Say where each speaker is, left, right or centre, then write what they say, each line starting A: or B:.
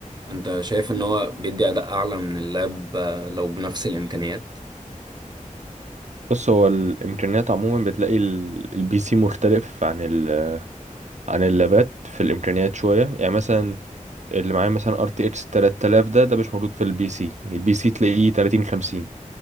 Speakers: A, on the right (about 30°); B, on the right (about 60°).
A: انت شايف ان هو بيدي اداء اعلى من اللاب آه، لو بنفس الامكانيات
B: بص هو الامكانيات عموما بتلاقي ال- البي سي مختلف عن ال عن اللابات في الامكانيات شويه يعني مثلا اللي معايا مثلا ار تي اكس 3000 ده ده مش موجود في البي سي البي سي تلاقيه 30 50